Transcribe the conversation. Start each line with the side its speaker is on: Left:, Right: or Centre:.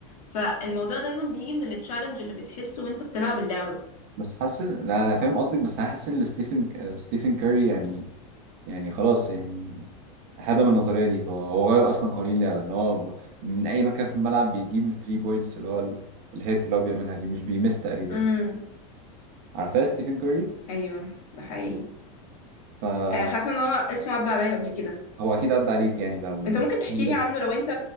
Left: فالموضوع دايما بيجي من التشالنج اللي بتحسه وانت بتلعب اللعبة
Right: بس حاسس إن- لا انا فاهم قصدك بس انا حاسس ان ستيفن آه، ستيفن كاري يعني يعني خلاص يعني هدم النظريه دي هو هو غير اصلا قوانين اللعبه ان هو من اي مكان في الملعب بيجيب الثري بوينتس اللي هو ال- الهيت اللي هو بيعملها دي مش بيمس تقريبا
Left: امم
Right: عارفاه ستيفن كاري
Left: ايوه ده حقيقي
Right: فهو
Left: آه، حاسة ان هو اسمه عدى عليا قبل كده
Right: اكيد عدى عليك يعني ده من
Left: انت ممكن
Right: قوانين
Left: تحكي
Right: اللعبة.
Left: لي عنه لو انت